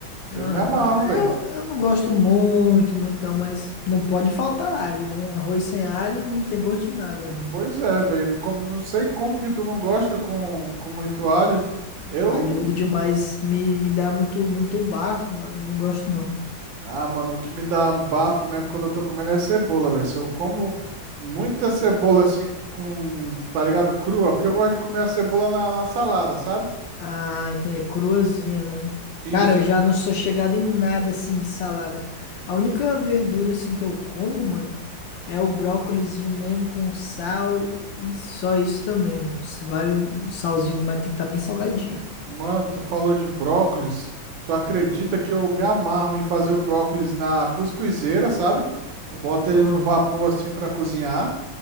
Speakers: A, on the right; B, on the left.
A: Eu
B: Aham,
A: me amarro,
B: né,
A: velho.
B: Eu, eu não gosto muito, muito não, mas não pode faltar alho, né? Um Arroz sem alho não tem gosto de nada, mano.
A: Pois é, velho. Como, não sei como que tu não gosta com, com muito alho. Eu.
B: Alhudo demais me, me dá muito, muito bafo, mano. Eu não gosto, não.
A: Ah, mano, o que me dá bafo mesmo quando eu tô comendo é cebola, velho. Se eu como muita cebola assim, com, tá ligado? Crua, porque eu gosto de comer a cebola na na salada, sabe?
B: Ah, entendi. Cruazinha, né?
A: Isso,
B: Cara, eu já não sou chegado em nada assim de salada. A única verdura assim que eu como, mano, é o brócolizinho mesmo com sal e só isso também, mano. Vários salzinho, mas tem que estar bem salgadinho.
A: Mano, tu falou de brócolis. Tu acredita que eu me amarro em fazer o brócolis na cuscuzeira, sabe? Eu boto ele
B: Ah,
A: no vapor assim para cozinhar.